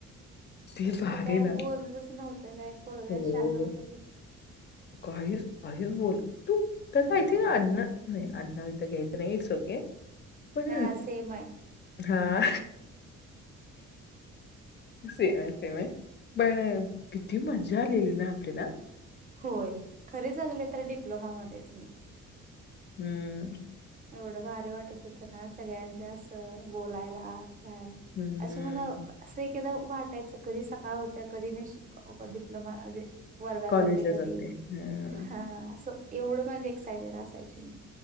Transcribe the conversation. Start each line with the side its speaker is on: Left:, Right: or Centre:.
Left: ती भारी
Right: ते काय
Left: ना.
Right: बोलतच नव्हतं काय पोरग
Left: हो.
Right: शान नव्हत ते
Left: काहीच काहीच बोल तू तस आय थिंक आना नाही आडनावी तर घ्यायचं नाही इट्स ओके पण
Right: हा सेम आहे
Left: हा सेमय सेमय पण किती मजा लल ना आपडेला
Right: होय खरे चांगले तर डिप्लोमामध्येध्येच मी
Left: हम्म
Right: एवढं भारी वाटत होतं ना सगळ्यांच्या अस बोलायला नाही
Left: हम्म.
Right: अशी म्हला स केदा वाटायच कधी सकाळ होत्या कधी मी डिप्लोमा म्हणजे वर्गात
Left: कॉलेजला
Right: जाते कधी
Left: हं.
Right: हा असं एवढं माझे एक्सायटेड असायचे मी